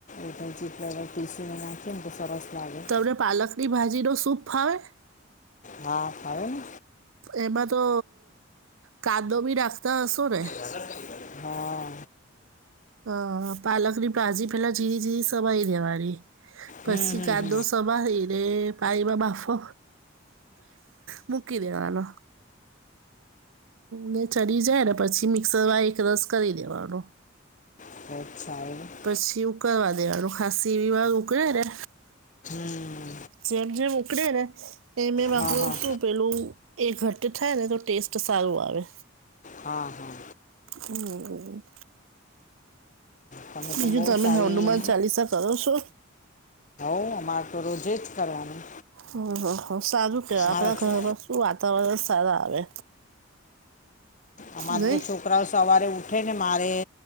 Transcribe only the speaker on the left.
એટલે ચીર ટીસીને નાખીએ ને તો સરસ લાગે
હા ફાવે ને
<unintelligible> હા
હમ હમ
હમ.
<unintelligible>
હમ
હા
હા
હા હા
તમે
તો બહુ
સારી
હું અમારે તો રોજે જ કરવાનું
મારા
છો
અમારે
તો છોકરાઓ સવારે ઉઠે ને મારે